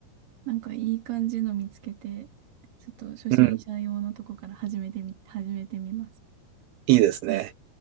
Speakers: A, on the right; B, on the right.
A: なんかいい感じの見つけて、ちょっと初心者用のとこから始めてみ、
B: うん、
A: 始めてみます。
B: いいですね。
A: うん